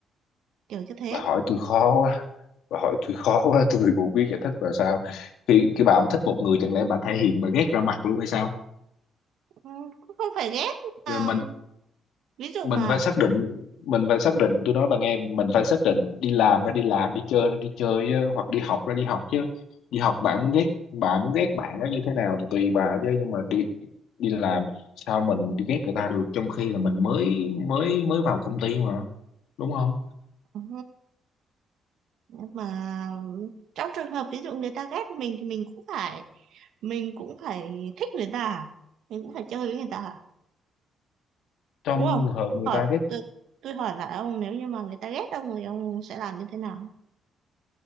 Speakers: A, on the right; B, on the left.
A: kiểu như thế
B: bà hỏi tôi khó quá bà hỏi tôi khó quá tôi cũng biết giải thích và sao khi khi bà không thích một người chẳng lẽ bà thể hiện bà ghét ra mặt luôn hay sao
A: Ừ, cũng không phải ghét nhưng
B: Rồi
A: mà
B: mình
A: ví dụ
B: mình
A: mà
B: phải xác định mình phải xác định tôi nói bạn nghe mình phải xác định đi làm ra đi làm đi chơi ra đi chơi chứ, hoặc đi học ra đi học chứ đi học bạn muốn ghét bạn muốn ghét bạn nó như thế nào thì tùy bà chứ nhưng mà đi đi làm sao mình đi ghét người ta được trong khi là mình mới mới mới vào công ty mà đúng không
A: ừ, mà trong trường hợp ví dụ người ta ghét mình thì mình cũng phải mình cũng phải thích người ta à? mình cũng phải chơi với người ta à?
B: trong
A: đúng không
B: trường hợp người
A: hỏi
B: ta ghét
A: tôi tôi hỏi lại ông nếu như mà người ta ghét ông thì ông sẽ làm như thế nào